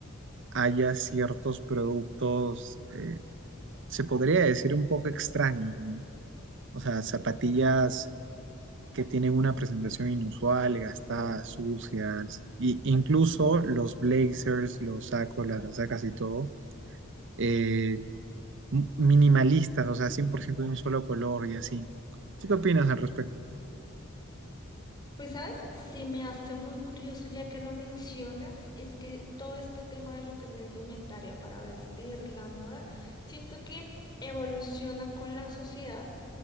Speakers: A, on the right; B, on the left.
A: haya ciertos productos, eh, se podría decir un poco extraños, ¿no? O sea, zapatillas que tienen una presentación inusual, gastadas, sucias, y incluso los blazers, los sacos, las sacas y todo eh, m- minimalistas, o sea, 100% de un solo color y así. ¿Tú qué opinas al respecto?
B: Pues sabes, se me hace muy curioso ya que lo mencionas, es que todo este tema de lo que es la indumentaria para vestir, la moda, siento que evoluciona con la sociedad